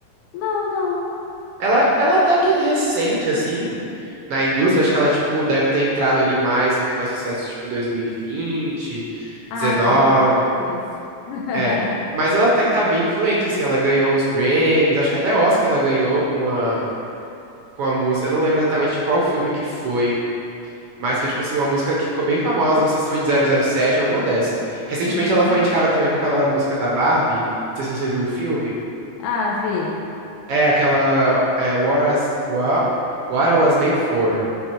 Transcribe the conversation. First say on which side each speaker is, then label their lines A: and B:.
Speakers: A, on the left (about 80°); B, on the right (about 70°).
A: Não, não.
B: Ela, ela até que recente, assim, na indústria, acho que ela, tipo, deve ter entrado ali mais, feito mais sucesso, tipo, em 2020,
A: Ah,
B: 19,
A: então deve ser por isso. <laughs>
B: é. Mas ela até que tá bem influente, assim, ela ganhou uns Grammys, acho que até Oscar ela ganhou com a, com a música, eu não lembro exatamente de qual filme que foi, mas foi, tipo assim, uma música que ficou bem famosa, não sei se foi de 007, alguma dessa. Recentemente
A: Hum.
B: ela foi indicada também com aquela música da Barbie, não sei se você viu o filme,
A: Ah, vi.
B: é aquela, é, What As- What, What I Was Made For.